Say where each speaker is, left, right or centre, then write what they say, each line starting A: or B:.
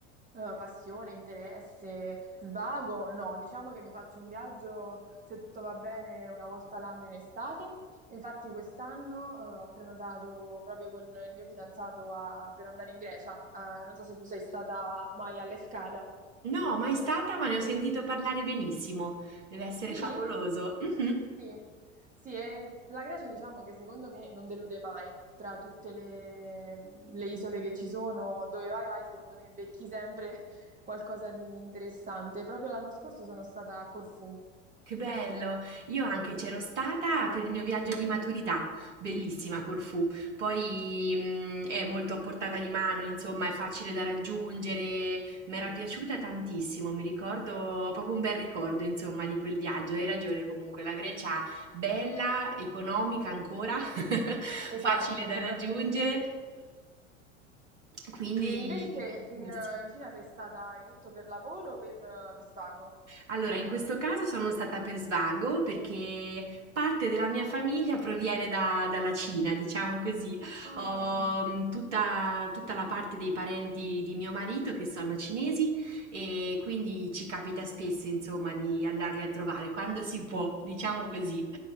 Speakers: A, on the right; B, on the right.
A: eh, passione, interesse, svago, no, diciamo che mi faccio un viaggio, se tutto va bene, una volta l'anno in estate Infatti quest'anno, eh, ho prenotato proprio con il mio fidanzato a- per andare in Grecia. Eh, non so se tu sei stata mai all'Efcada.
B: No, mai stata, ma ne ho sentito parlare benissimo. Deve essere
A: Sì?
B: favoloso. Mhm.
A: Sì. Sì, e la Grecia diciamo che secondo me non delude mai. Tra tutte le, le isole che ci sono, dove vai vai, secondo me becchi sempre qualcosa di interessante. Proprio l'anno scorso sono stata a Corfù.
B: Che bello! Io anche c'ero stata per il mio viaggio di maturità, bellissima Corfù. Poi mh, è molto a portata di mano, insomma, è facile da raggiungere. Mi era piaciuta tantissimo, mi ricordo, ho proprio un bel ricordo, insomma, di quel viaggio. Hai ragione comunque, la Grecia bella, economica ancora, <laughs>
A: Esatto,
B: facile da
A: soprattutto.
B: raggiungere. Quindi,
A: E invece
B: benissimo.
A: in, in Cina sei stata, hai detto, per lavoro o per, per svago?
B: Allora, in questo caso sono stata per svago perché parte della mia famiglia proviene da- dalla Cina, diciamo così.
A: Ah.
B: Ho mh, tutta, tutta la parte dei parenti di mio marito che sono cinesi e quindi ci capita spesso, insomma, di andarli a trovare quando si può, diciamo così.